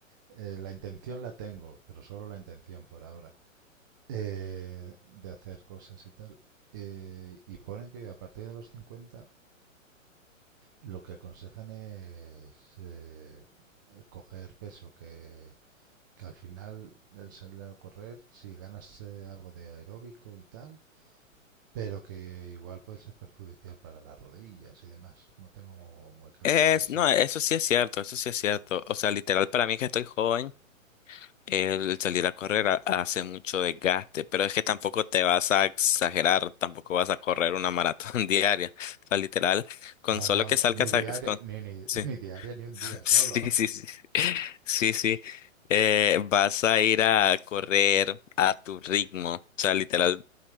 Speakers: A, on the right; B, on the left.
A: eh, la intención la tengo, pero solo la intención por ahora, eh, de hacer cosas y tal. Eh, y ponen que a partir de los 50 lo que aconsejan es eh, coger peso, que, que al final el salir a correr, si ganas eh, algo de aeróbico y tal, pero que igual puede ser perjudicial para las rodillas y demás. No tengo muy claros
B: Es,
A: eso,
B: no, eso sí es cierto, eso sí es cierto. O sea, literal, para mí que estoy joven, el salir a correr ha- hace mucho desgaste, pero es que tampoco te vas a exagerar, tampoco vas a correr una maratón <laughs> diaria. O sea, literal, con
A: No,
B: solo
A: no,
B: que salgas
A: ni
B: a...
A: diaria,
B: Con,
A: ni, ni,
B: sí.
A: ni diaria, ni un día solo.
B: Sí, sí, sí. Sí, sí. Eh, vas a ir a correr a tu ritmo. O sea, literal.